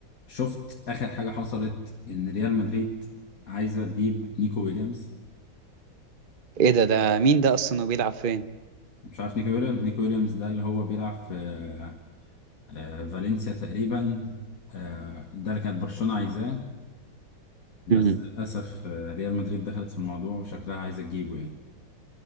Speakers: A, on the left (about 50°); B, on the right (about 50°).
A: شفت اخر حاجه حصلت ان ريال مدريد عايزه تجيب نيكو ويليامز
B: ايه ده ده مين ده اصلا وبيلعب فين
A: مش عارف نيكو ويليامز نيكو ويليامز ده اللي هو بيلعب في آه، آه، فالنسيا تقريبا آه، ده اللي كانت برشلونه عايزاه بس
B: مم.
A: للاسف آه، ريال مدريد دخلت في الموضوع وشكلها عايزه تجيبه يعني